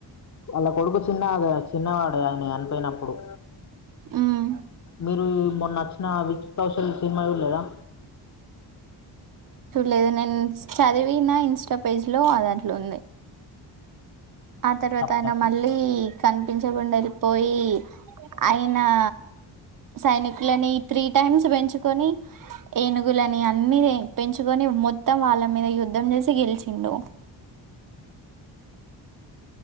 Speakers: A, on the left (about 40°); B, on the right (about 50°).
A: వాళ్ళ కొడుకు చిన్నాద చిన్నవాడే ఆయన చనిపోయినప్పుడు
B: మ్మ్
A: మీరు మొన్నచ్చిన విచ్ కౌషత్య్రల్ సినిమా చూడలేదా
B: లే నేను చదివినా ఇన్స్టా పేజ్ లో అది అట్లుంది ఆ తర్వాత
A: తప్పు
B: ఆయన
A: తప్పు
B: మళ్ళీ కనిపించకుండా <unintelligible> పోయి అయిన్ ఆ సైనికులని త్రీ టైమ్స్ పెంచుకొని ఏనుగులని అన్ని పెంచు గని మొత్తం వాళ్ళ మీద యుద్ధం చేసి గెలిచిండు